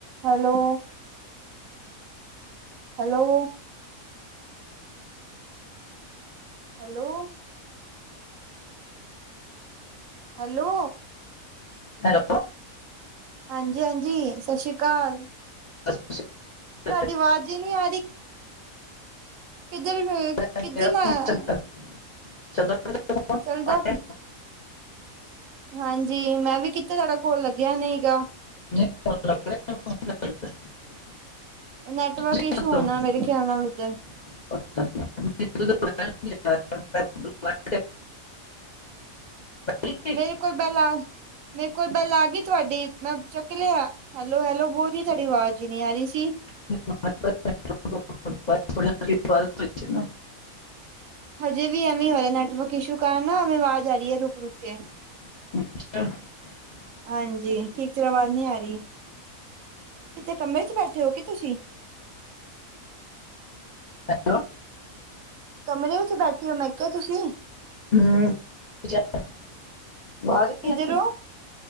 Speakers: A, on the right; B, on the left.
A: Hello hello hello hello
B: hello
A: ਹਾਂਜੀ ਹਾਂਜੀ, ਸਤਿ ਸ਼੍ਰੀ ਅਕਾਲ।
B: ਸਤਿ ਸ਼੍ਰੀ
A: ਤੁਹਾਡੀ
B: ਅਕਾਲ
A: ਆਵਾਜ਼ ਹੀ ਨਹੀਂ ਆ ਰਹੀ ਕਿੱਧਰ ਵੇ
B: ਨਾ,
A: ਕਿੱਧਰ
B: ਮੇਰਾ
A: ਏ
B: ਫੋਨ ਚੱਲਦਾ ਚੱਲਦਾ ਮੇਰਾ ਫੋਨ
A: ਚੱਲਦਾ।
B: ਆਇਆ
A: ਹਾਂਜੀ, ਮੈਂ ਵੀ ਕਿੱਤਾ, ਤੁਹਾਡਾ ਕੋਲ ਲੱਗਿਆ ਨਹੀਂ ਗਾ।
B: <unintelligible>
A: ਨੈੱਟਵਰਕ
B: ਤੁਸੀਂ
A: ਇਸ਼ੂ
B: ਕਿੱਧਰ
A: ਹੋਣਾ,
B: ਹੋ
A: ਮੇਰੇ ਖਿਆਲ ਨਾਲ ਉੱਧਰ।
B: <unintelligible> <unintelligible> ਲਈ
A: ਮੇਰੇ ਕੋਲ ਬੈੱਲ ਆ, ਮੇਰੇ ਕੋਲ ਬੈੱਲ ਆ ਗਈ ਤੁਹਾਡੀ, ਮੈਂ ਚੱਕ ਲਿਆ। ਹੈਲੋ, ਹੈਲੋ, ਬੋਲ ਰਹੀ, ਤੁਹਾਡੀ ਆਵਾਜ਼ ਹੀ ਨਹੀਂ ਆ ਰਹੀ ਸੀ।
B: <unintelligible>
A: ਹਜੇ ਵੀ ਐਵੇਂ ਹੋ ਰਿਹਾ, ਨੈੱਟਵਰਕ ਇਸ਼ੂ ਕਾਰਨ ਨਾ ਐਵੇਂ ਆਵਾਜ਼ ਆ ਰਹੀ ਹੈ ਰੁਕ-ਰੁਕ ਕੇ।
B: <unintelligible>
A: ਹਾਂਜੀ, ਠੀਕ ਤਰ੍ਹਾਂ ਆਵਾਜ਼ ਨਹੀਂ ਆ ਰਹੀ, ਕਿਤੇ ਕਮਰੇ 'ਚ ਬੈਠੇ ਹੋ ਕੇ ਤੁਸੀਂ?
B: ਹੈਲੋ।
A: ਕਮਰੇ ਵਿੱਚ ਬੈਠੇ ਹੋ, ਮੈਂ ਕਿਹਾ ਤੁਸੀਂ?
B: <unintelligible>
A: ਕਿਧਰੋਂ?